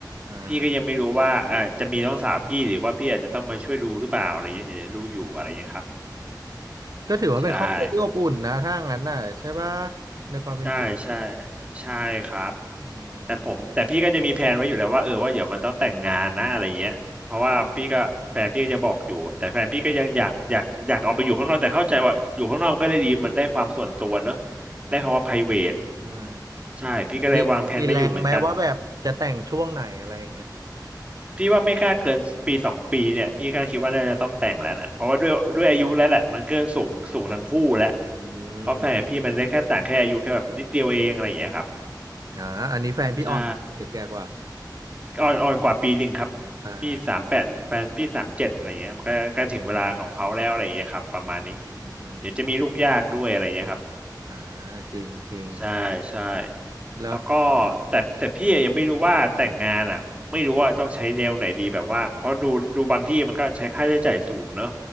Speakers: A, on the right (about 55°); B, on the right (about 15°).
A: อ่า
B: พี่ก็ยังไม่รู้ว่าเออจะมีน้องสาวพี่หรือว่าพี่อาจจะต้องมาช่วยดูหรือเปล่าอะไรเงี้ยอย่างรู้อยู่อะไรเงี้ยครับ
A: ก็ถือว่าเป็นครอบครัวที่อบอุ่นนะถ้างั้นน่ะใช่ปะ
B: ใช่
A: ในความเป็นจริง
B: ใช่ใช่ใช่ครับ
A: อืม
B: แต่ผมแต่พี่ก็จะมีแผนไว้อยู่แล้วว่าเออว่าเดี๋ยวมันต้องแต่งงานนะอะไรเงี้ยเพราะว่าพี่ก็แฟนพี่ก็จะบอกอยู่แต่แฟนพี่ก็ยังอยากอยากอยากออกไปอยู่ข้างนอกแต่เข้าใจว่าอยู่ข้างนอกมันก็ได้ดีมันได้ความส่วนตัวเนอะ
A: อ่า
B: ได้คำว่า private
A: อ่า
B: ใช่พี่ก็เลยวางแผนไว้อยู่เหมือนกัน
A: มีมีแรงไหมว่าแบบจะแต่งช่วงไหนอะไรอย่างเงี้ย
B: พี่ว่าไม่กล้าเกินปีสองปีเนี่ยพี่ก็คิดว่าน่าจะต้องแต่งแล้วนะเพราะว่าด้วยด้วยอายุแล้วแหละมันเกินสูงสูงทั้งคู่แล้ว
A: อื
B: เพราะแฟนกับพี่มันได้แค่ต่างแค่อายุแค่แบบนิดเดียวเองอะไรอย่างเงี้ยครับ
A: มอ่าอันนี้แฟนพี่ออนคือแกกว่า
B: ใช่อ่อนอ่อนกว่าปีหนึ่งครับ
A: อ่า
B: พี่สามแปดแฟนพี่สามเจ็ดอะไรเงี้ยมันก็ใกล้ถึงเวลาของเขาแล้วอะไรอย่างเงี้ยครับประมาณนี้
A: อืมอืม
B: เดี๋ยวจะมีลูกยากด้วยอะไรเงี้ยครับ
A: อ่าจริงจริง
B: ใช่ใช่
A: แล้ว
B: แล้วก็แต่แต่พี่ยังไม่รู้ว่าแต่งงานอ่ะไม่รู้ว่าต้องใช้แนวไหนดีแบบว่าเพราะดูดูบางที่มันก็ใช้ค่าใช้จ่ายสูงเนอะ